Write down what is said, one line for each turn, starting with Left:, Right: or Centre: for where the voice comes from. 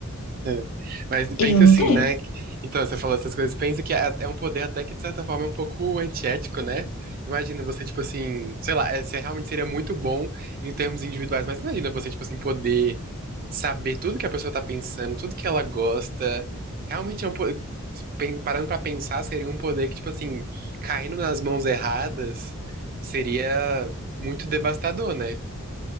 Right: é, é. Mas pensa
Left: Eu não
Right: assim,
Left: tenho.
Right: né? que- Então, você falou essas coisas, pensa que é é um poder até que, de certa forma, é um pouco antiético, né? Imagina você, tipo assim, sei lá, é, você realmente seria muito bom em termos individuais, mas imagina você, tipo assim, poder saber tudo que a pessoa tá pensando, tudo que ela gosta. Realmente é um poder. Parando pra pensar, seria um poder que, tipo assim, caindo nas mãos erradas, seria muito devastador, né?